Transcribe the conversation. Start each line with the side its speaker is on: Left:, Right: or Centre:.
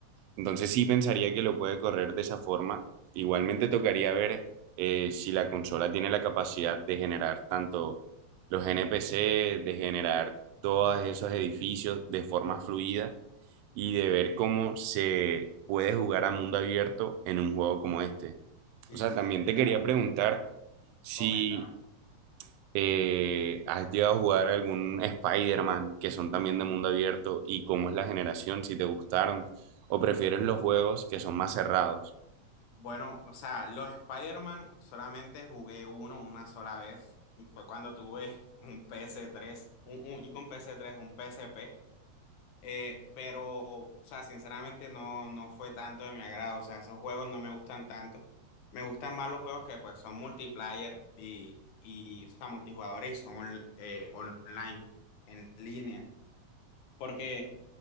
Right: entonces sí pensaría que lo puede correr de esa forma. Igualmente tocaría ver eh, si la consola tiene la capacidad de generar tanto los NPC, de generar todos esos edificios de forma fluida y de ver cómo se puede jugar a mundo abierto en un juego como este.
Left: Sí,
Right: O sea,
Left: sí.
Right: también te
Left: o
Right: quería
Left: sea,
Right: preguntar si
Left: coméntame.
Right: eh, ¿has llegado a jugar algún Spider-Man que son también de mundo abierto y cómo es la generación, si te gustaron o prefieres los juegos que son más cerrados?
Left: Bueno, o sea, los Spider-Man solamente jugué uno una sola vez y fue cuando tuve un ps tres un, un, y con ps tres un PSP. Eh, pero, o sea, sinceramente no, no fue tanto de mi agrado. O sea, esos juegos no me gustan tanto. Me gustan más los juegos que pues son multiplayer y, y o sea, multijugadores y son on- eh, online, en línea porque